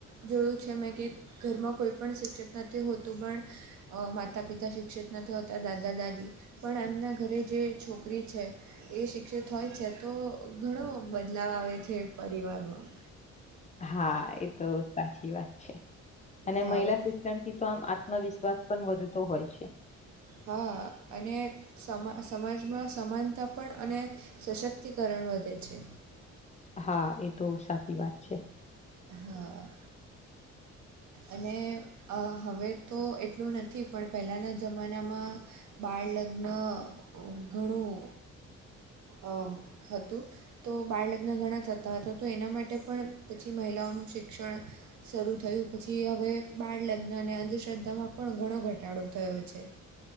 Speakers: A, on the right (about 70°); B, on the left (about 25°).
A: જોયું છે મેં કે ઘરમાં કોઈ પણ શિક્ષિત નથી હોતું પણ અ માતા પિતા શિક્ષિત નથી હોતા દાદા દાદી પણ એમના ઘરે જે છોકરી છે એ શિક્ષિત હોય છે તો ઘણો બદલાવ આવે છે પરિવારમાં
B: હા એ તો સાચી વાત છે અને
A: હા
B: મહિલા શિક્ષણ થી તો આમ આત્મવિશ્વાસ પણ વધતો હોય છે
A: હા અને સમા સમાજમાં સમાનતા પણ અને સશક્તિકરણ વધે છે
B: હા એ તો સાચી વાત છે
A: હા અને હવે તો એટલું નથી પણ પહેલાંના જમાનામાં બાળ લગ્ન ઘણું અ હતું તો બાળલગ્ન ઘણા થતા હતા તો એના માટે પણ પછી મહિલાઓનું શિક્ષણ શરૂ થયું પછી હવે બાળલગ્ન અને અંધશ્રદ્ધામાં પણ ઘણો ઘટાડો થયો છે